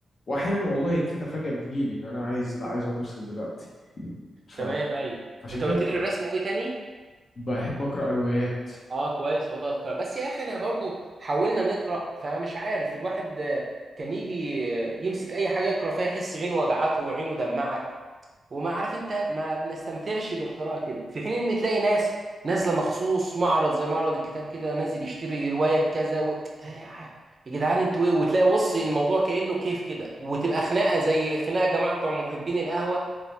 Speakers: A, on the left (about 50°); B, on the right (about 35°).
A: وأحيانا والله كده فجأة بتجيلي إن أنا عايز لا عايز أقعد أرسم دلوقتي فعشان
B: تمام ايوه انت
A: كده
B: قلت
A: ب-
B: لي الرسم وايه تاني
A: بحب أقرأ روايات
B: اه كويس والله القراءة بس يا اخي انا برضو حاولنا نقرا فمش عارف الواحد آه، كان يجي آه، يمسك اي حاجه يقرا فيها يحس عينه وجعته وعينه دمعت وما عارف انت ما بنستمتعش بالقراءه كده في حين ان تلاقي ناس نازله مخصوص معرض زي معرض الكتاب كده نازل يشتري روايه كذا و... آه، يا جدعان انتوا ايه وتلاقي بص الموضوع كانه كيف كده وتبقى خناقه زي خناقه جماعه بتوع محبين القهوه